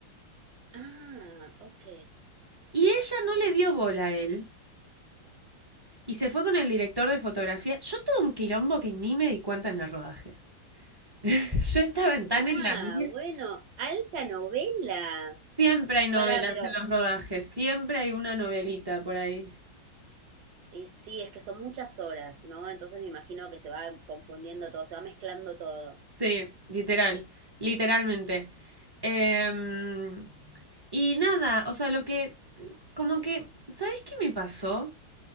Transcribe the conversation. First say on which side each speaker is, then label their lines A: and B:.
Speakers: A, on the right; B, on the right.
A: Ah, ok.
B: y ella no le dio bola a él y se fue con el director de fotografía. Yo todo un quilombo que ni me di cuenta en el rodaje. <laughs> Yo estaba tan
A: Ah,
B: en la mía.
A: bueno, alta novela.
B: Siempre hay novelas
A: Para, pero
B: en los rodajes, siempre hay una novelita por ahí.
A: eh, sí, es que son muchas horas, ¿no? Entonces me imagino que se va confundiendo todo, se va mezclando todo.
B: Sí, literal, literalmente. Em, y nada, o sea, lo que, como que, ¿sabes qué me pasó?